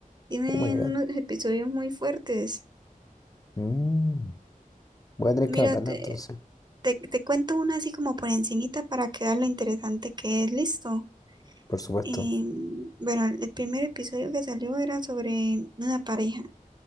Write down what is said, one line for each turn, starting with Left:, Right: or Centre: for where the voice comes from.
Right: Tienen
Left: Oh my God.
Right: unos episodios muy fuertes.
Left: Mm. Voy a tener
Right: Mira,
Left: que anotarla
Right: te,
Left: entonces,
Right: te, te cuento una así como por encimita para que veas lo interesante que es. Listo.
Left: por supuesto.
Right: Em, bueno, el primer episodio que salió era sobre una pareja.